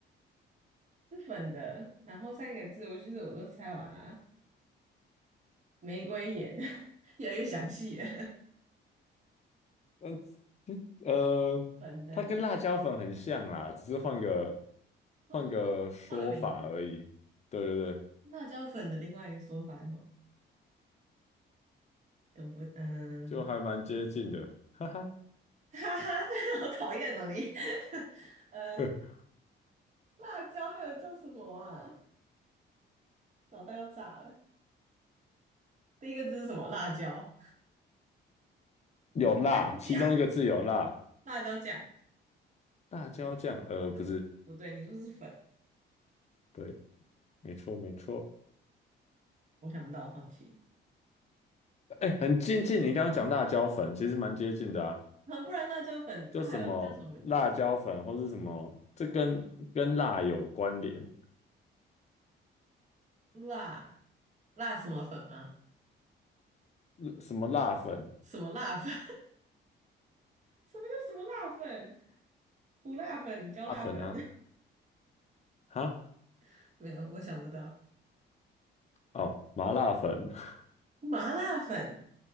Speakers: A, on the right; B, on the left.
A: 是粉的，然后三个字，我其实我都猜完了。玫瑰盐，<laughs> 越来越详细了。
B: 呃呃，
A: 粉的，
B: 它跟辣椒粉很像啦，只是换个
A: 换换个换个名字，
B: 换个说法而已。对对对，
A: 辣椒粉的另外一个说法是什么？都不，嗯，
B: 就还蛮接近的，哈哈。
A: <laughs> 哈哈，这好讨厌哦你。<laughs> 呃，
B: <laughs>
A: 辣椒还有叫什么啊？脑袋要炸了。第一个字是什么？辣椒，
B: 有辣，
A: 辣椒酱，
B: 其中一个字有辣，
A: 辣椒酱。
B: 辣椒酱，呃，不是，
A: 嗯，不对，你说是粉，
B: 对，没错，没错，
A: 我想不到，放弃。
B: 哎，很接近你刚刚讲辣椒粉，其实蛮接近的啊，
A: 啊，不然辣椒粉它还有叫什么名字？
B: 就什么辣椒粉或是什么，这跟跟辣有关联，
A: 辣辣什么粉吗？
B: 什么辣粉，
A: 什么辣粉？什么叫什么辣粉？胡辣粉、椒辣粉，
B: 辣粉啊，哈，
A: <laughs> 没有，我想不到。
B: 哦，麻辣粉，<laughs>
A: 麻辣粉